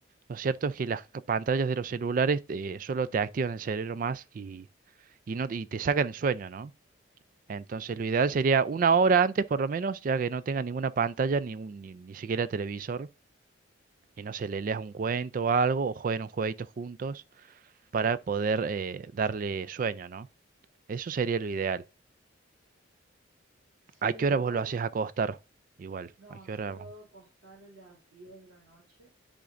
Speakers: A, on the right; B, on the right.
A: Lo cierto es que las ca- pantallas de los celulares eh, solo te activan el cerebro más y, y, no, y te sacan el sueño, ¿no? Entonces lo ideal sería una hora antes por lo menos, ya que no tenga ninguna pantalla, ni, un- ni, ni siquiera televisor, y no sé, le leas un cuento o algo, o jueguen un jueguito juntos
B: claro.
A: para poder eh, darle sueño, ¿no? Eso sería lo ideal.
B: Sí,
A: ¿A qué hora
B: igual,
A: vos lo haces acostar? Igual,
B: no,
A: ¿a qué
B: yo
A: hora?
B: lo hago acostar a las 10 de la noche